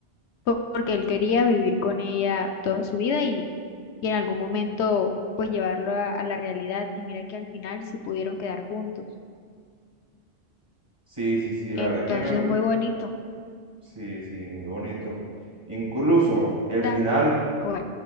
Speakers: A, on the left; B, on the right.
A: po- porque él quería vivir con ella toda su vida y, y en algún momento pues llevarlo a, a la realidad y mira que al final sí pudieron quedar juntos.
B: Sí, sí, sí, la
A: Entonces,
B: verdad es que a mí me gustó
A: muy bonito.
B: Sí, sí, muy bonito. Incluso el
A: Tam-
B: final,
A: bueno,